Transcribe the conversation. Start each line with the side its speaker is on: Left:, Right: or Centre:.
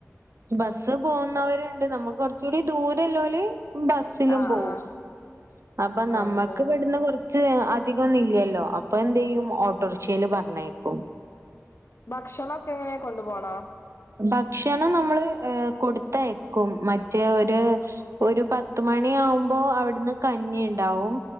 Right: ബസ് പോകുന്നവരുണ്ട് നമ്മുക്ക് കുറച്ച കൂടി ദൂരല്ലോല് ബസ്സിലും
Left: ആഹ്
Right: പോകവും
Left: ആഹ്
Right: അപ്പൊ നമ്മുക്ക്
Left: ആണല്ലേ
Right: പെടുന്ന കുറച്ച് അധികം ഒന്നും ഇല്ലല്ലോ അപ്പൊ എന്ത് ചെയ്യും ഓട്ടോറിഷയിൽ പറഞ്ഞ് ആയിക്കും
Left: ഭക്ഷണം ഒക്കെ എങ്ങനെയാ കൊണ്ടു പോണ
Right: <unintelligible> ഭക്ഷണം നമ്മള് കൊടുത്തയക്കും മറ്റേ ഒരു ഒരു പത്ത് മണി ആകുമ്പോ അവിടുന്ന് കഞ്ഞി ഉണ്ടാവും